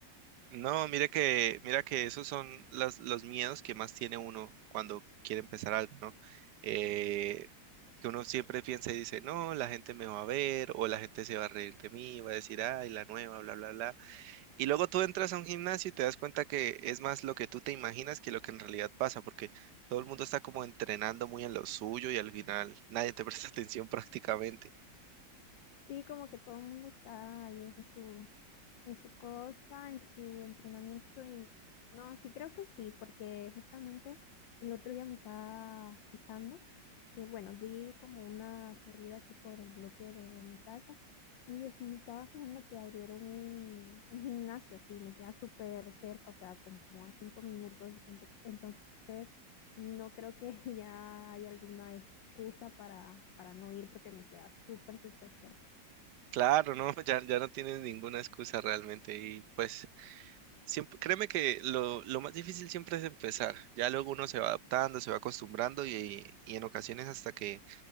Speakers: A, on the right; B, on the left.
A: No, mire que, mira que esos son las, los miedos que más tiene uno cuando quiere empezar algo, ¿no? Eh, que uno siempre piensa y dice, no, la gente me va a ver o la gente se va a reír de mí, va a decir, ay, la nueva, bla, bla, bla. Y luego tú entras a un gimnasio y te das cuenta que es más lo que tú te imaginas que lo que en realidad pasa, porque todo el mundo está como entrenando muy en lo suyo y al final nadie te <laughs> presta atención prácticamente.
B: Sí, como que todo el mundo está ahí en su, en su cosa, en su entrenamiento y no, sí creo que sí, porque justamente el otro día me estaba fijando que, bueno, di como una corrida aquí por el bloque de mi casa y es- me estaba fijando que abrieron un, un gimnasio aquí, me queda súper cerca, o sea, como a cinco minutos, ento- entonces no creo que <laughs> ya haya alguna excusa para, para no ir porque me queda súper, súper cerca.
A: Claro, no, <laughs> ya, ya no tienes ninguna excusa realmente y pues Siempre, créeme que lo, lo más difícil siempre es empezar. Ya luego uno se va adaptando, se va acostumbrando y, y en ocasiones hasta que